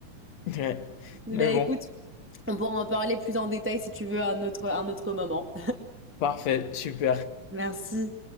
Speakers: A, on the left; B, in the centre.
A: Ouais.
B: Bah
A: Mais
B: écoute,
A: bon,
B: on pourra en parler plus en détail si tu veux à un autre, un autre moment.
A: parfait, super.
B: Merci.